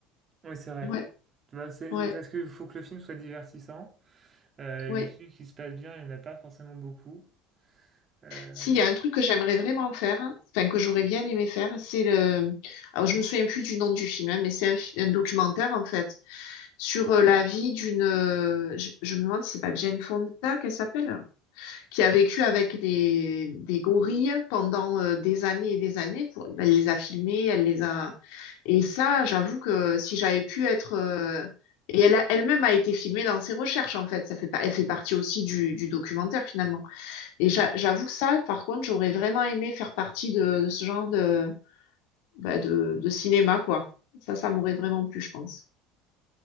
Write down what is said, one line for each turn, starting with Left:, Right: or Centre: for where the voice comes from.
Right: Oui, c'est vrai.
Left: Ouais,
Right: Tu vois, c'est
Left: ouais,
Right: c'est parce qu'il faut que le film soit divertissant. Euh,
Left: ouais.
Right: les films qui se passent bien, il n'y en a pas forcément beaucoup. Euh,
Left: S'il y a un truc que j'aimerais vraiment faire, hein, enfin que j'aurais bien aimé faire, c'est le. Alors je me souviens plus du nom du film, hein, mais c'est un, fi- un documentaire en fait sur euh, la vie d'une. euh, Je, je me demande si c'est pas Jane Fonda qu'elle s'appelle. qui a vécu avec des, des gorilles pendant euh, des années et des années. Pour, elle les a filmés, elle les a. Et ça, j'avoue que si j'avais pu être. euh, Et elle a, elle-même a été filmée dans ses recherches, en fait. Ça fait pas, elle fait partie aussi du, du documentaire, finalement. Et j'a- j'avoue que ça, par contre, j'aurais vraiment aimé faire partie de, de ce genre de, bah, de, de cinéma, quoi. Ça, ça m'aurait vraiment plu, je pense.